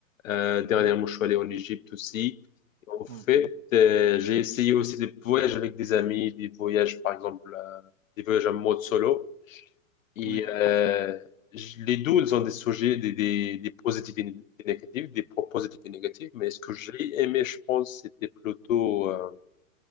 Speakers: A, on the left; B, on the right.
A: Euh,
B: Mhm.
A: dernièrement, je suis allé en Égypte aussi. En fait,
B: Ok,
A: euh, j'ai essayé aussi des voyages avec des amis, des voyages, par exemple, euh, des voyages en mode solo. Et
B: oui.
A: euh, j- les deux, ils ont des sujets, des, des, des positifs et des négatifs, des points positifs et négatifs. Mais ce que j'ai aimé, je pense, c'était plutôt, euh,